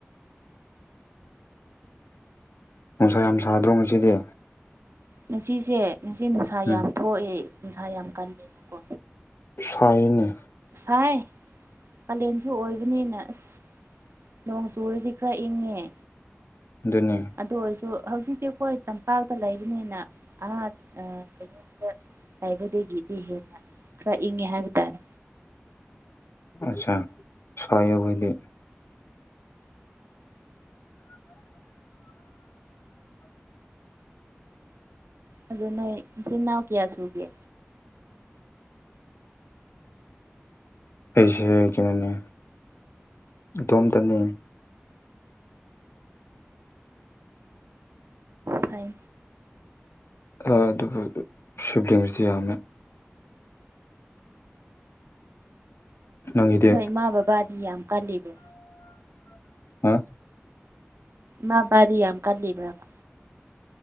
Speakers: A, on the left; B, on the right.
A: ꯅꯨꯡꯁꯥ ꯌꯥꯝ ꯁꯥꯗ꯭ꯔꯣ ꯉꯁꯤꯗꯤ
B: ꯉꯁꯤꯁꯦ ꯉꯁꯤ ꯅꯨꯡꯁꯥ
A: ꯎꯝ
B: ꯌꯥꯝ ꯊꯣꯛꯑꯦ ꯅꯨꯡꯁꯥ ꯌꯥꯝ ꯀꯜꯂꯦꯕꯀꯣ
A: ꯁꯥꯏꯅꯤ
B: ꯍꯥꯏꯥꯏ ꯀꯥꯂꯦꯟꯁꯨ ꯑꯣꯏꯕꯅꯤꯅ ꯑꯁ ꯅꯣꯡ ꯆꯨꯨꯔꯗꯤ ꯈꯔ ꯏꯪꯉꯦ
A: ꯑꯗꯨꯅꯦ
B: ꯑꯗꯨ ꯑꯣꯏꯔꯁꯨ ꯍꯧꯖꯤꯛꯇꯤ ꯑꯩꯈꯣꯏ ꯇꯝꯄꯥꯛꯇ ꯂꯩꯕꯅꯤꯅ ꯑ ꯀꯩꯅꯣ ꯍꯥꯏꯕꯗꯒꯤꯗꯤ ꯍꯦꯟꯅ ꯈꯔ ꯏꯪꯉꯦ ꯍꯥꯏꯕ ꯇꯥꯔꯦ
A: ꯑꯆꯥ ꯁꯏ ꯑꯕꯣꯏꯗꯤ
B: ꯑꯗꯨ ꯅꯣꯏ ꯏꯆꯤꯟ ꯏꯅꯥꯎ ꯀꯌꯥ ꯁꯨꯒꯦ
A: ꯑꯩꯁꯦ ꯀꯩꯅꯣꯅꯦ ꯏꯇꯣꯝꯇꯅꯤ
B: ꯐꯩ
A: ꯑꯗꯨꯕꯨ ꯁꯕꯗꯤꯡꯕꯁꯤ ꯌꯥꯝꯃꯦ ꯅꯪꯒꯤꯗꯤ
B: ꯅ ꯃꯥꯕꯥꯗꯤ ꯌꯥꯝ ꯀꯥꯂꯤꯕ
A: ꯑ
B: ꯃꯥ ꯗꯤ ꯌꯥꯝ ꯌꯥꯝ ꯀꯜꯂꯤꯕꯕꯥ